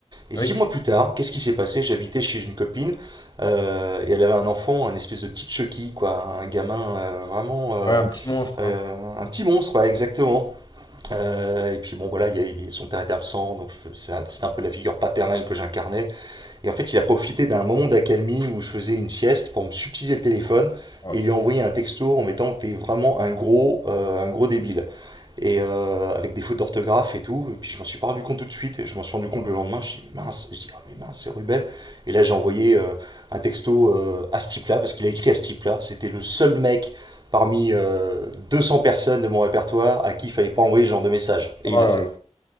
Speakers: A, on the right; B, on the left.
A: Et
B: ah
A: six
B: oui,
A: mois plus tard, qu'est-ce qui s'est passé J'habitais chez une copine euh, et elle avait un enfant, un espèce de petit Chucky, quoi, un gamin euh, vraiment euh,
B: ouais, un petit monstre,
A: euh,
B: hein.
A: un petit monstre, ouais, exactement. Euh, et puis bon voilà, il y a- il- son père était absent, donc je- c'est un- c'était un peu la figure paternelle que j'incarnais. Et en fait, il a profité d'un moment d'accalmie où je faisais une sieste pour me subtiliser le téléphone
B: Oh là
A: et il lui a envoyé un texto en mettant que t'es vraiment un gros, euh, un gros débile et euh, avec des fautes d'orthographe et tout. Et puis je m'en suis pas rendu compte tout de suite. Et je m'en suis rendu compte le lendemain. Je dis mince, je dis Ah, mais mince, c'est Ruben. Et là j'ai envoyé euh, un texto euh, à ce type-là parce qu'il a écrit à ce type-là. C'était le seul mec parmi euh, 200 personnes de mon répertoire à qui il fallait pas envoyer ce genre de message. Et
B: oh
A: il l'a
B: là
A: fait.
B: là.